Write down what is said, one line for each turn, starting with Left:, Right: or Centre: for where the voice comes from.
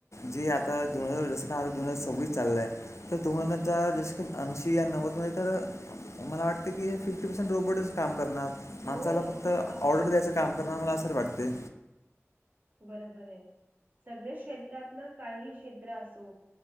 Left: जे आता दोन हजार जसं का दोन हजार सव्वीस चालय तर दोघां जसे ऐंशी या नव्वद मध्ये तर मला वाटतं की हे फिफ्टी पर्सेंट रोबोटस काम करणार
Right: हो
Left: माणसाला
Right: रोबोटच
Left: फक्त
Right: काम
Left: ऑर्डर
Right: करणार
Left: द्यायचं
Right: आहे
Left: काम करनारं मला असं वाटते..
Right: बरोबर आहे. सगळे क्षेत्रात ना काहीही क्षेत्र असो